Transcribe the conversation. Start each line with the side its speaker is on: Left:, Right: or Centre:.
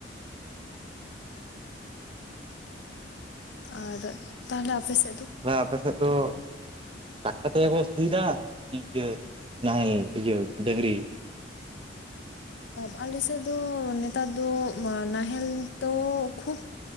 Left: ᱟᱨ ᱛᱟᱦᱚᱞᱮ ᱟᱯᱮ ᱥᱮᱜ ᱫᱚ?
Right: ᱫᱟ ᱟᱯᱮᱥᱮᱜ ᱫᱚ ᱴᱟᱠᱴᱟᱨ ᱛᱮᱜᱮ ᱠᱚ ᱥᱤᱭᱫᱟᱹ ᱠᱤ ᱤᱭᱟ ᱱᱟᱦᱮᱞ ᱤᱭᱟᱹ ᱰᱟᱹᱝᱨᱤ
Left: ᱟᱞᱮ ᱥᱮᱫ ᱫᱚ ᱱᱮᱛᱟᱨ ᱫᱚ ᱢᱟ ᱱᱟᱦᱮᱞ ᱫᱚ ᱠᱷᱩᱵ